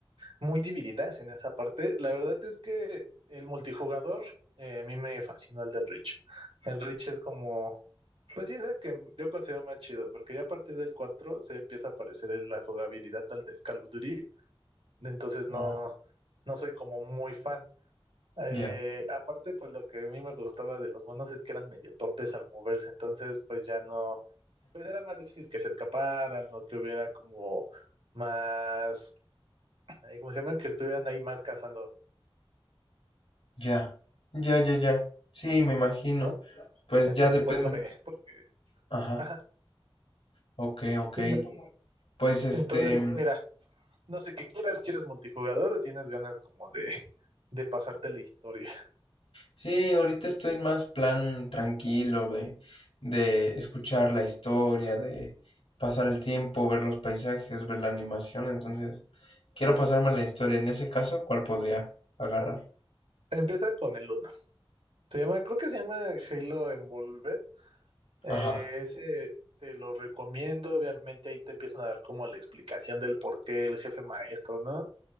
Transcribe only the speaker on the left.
Oh,
ya.
Ya, ya, ya, ya. Sí, me imagino.
Pues
ya depende.
Ajá,
ok, ok.
Pues este,
sí, ahorita estoy en más plan tranquilo de, de escuchar la historia, de pasar el tiempo, ver los paisajes, ver la animación. Entonces, quiero pasarme la historia. En ese caso, ¿cuál podría agarrar?
Ajá.